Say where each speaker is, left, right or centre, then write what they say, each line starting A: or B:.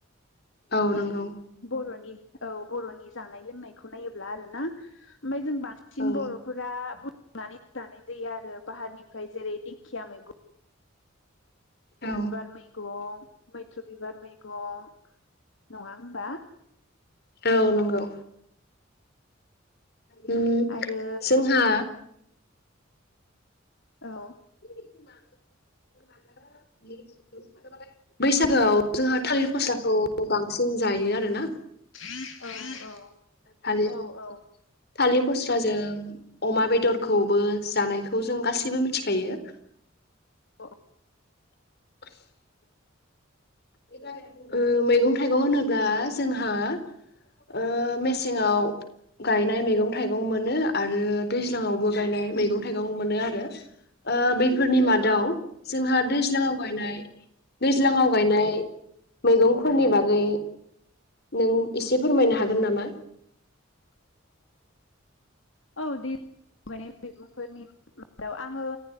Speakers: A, on the left; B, on the left.
A: <inaudible>
B: औ नंगौ
A: बरनि औ बरनि जानाय लोंनायखौ नायोब्ला आरो ना। ओमफाय जों बांसिन
B: औ
A: बर'फोरा बु नानै जानाय जायो आरो‌। बाहारनिफ्राय जेरै दिंखिया मैगं
B: औ
A: बिबार मैगं मैथ्रु बिबार मैगं, नङा होमबा?
B: औ नंगौ। <inaudible> उम
A: आरो
B: जोंहा
A: औ।
B: <unintelligible> बैसागोआव जोंहा थालिर फस्ला खौ बांसिन जायो आरोना।
A: औ औ औ
B: थालिर
A: औ।
B: थालिर फस्राजों अमा बेदरखौबो जानायखौ जों गासैबो मिथिखायो।
A: औ
B: <inaudible> उम मैगं थाइगं होनोब्ला जोंहा ओ मेसेङाव गायनाय मैगं थाइगं मोनो आरो दैज्लाङावबो गायनाय मैगं थाइगं मोनो आरो। ओ बै फोरनि मादाव
A: औ
B: जोंहा दैज्लाङाव गायनाय ज्लांआव गायनाय मैगंफोरनि बागै नों इसे फोरमायनो हागोन नामा?
A: औ दै गायनाय मैगंफोरनि मादाव आङो